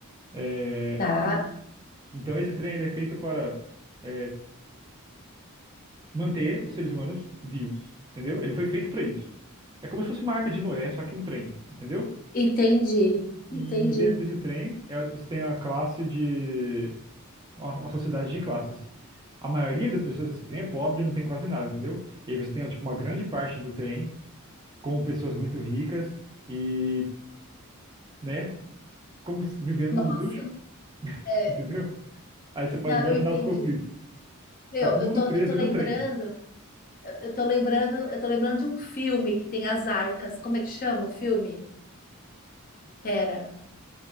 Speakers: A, on the right; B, on the left.
A: É,
B: tá.
A: então esse trem ele é feito para é, manter os seres humanos vivos, entendeu? Ele foi feito para isso. É como se fosse uma arca de Noé, só que um trem, entendeu?
B: Entendi,
A: E
B: entendi.
A: dentro desse trem é- você tem uma classe de uma, uma sociedade de classes. A maioria das pessoas desse trem é pobre, e não tem quase nada, entendeu? E aí você tem tipo uma grande parte do trem com pessoas muito ricas e, né, como se- vivendo
B: Nossa,
A: no luxo,
B: é,
A: entendeu? Aí você pode
B: não,
A: imaginar
B: eu entendi.
A: os conflitos.
B: Meu,
A: Tá todo
B: eu
A: mundo
B: tô,
A: preso
B: eu tô
A: dentro
B: lembrando,
A: do trem.
B: eu eu tô lembrando, eu tô lembrando de um filme que tem as arcas. Como é que chama o filme? Pera.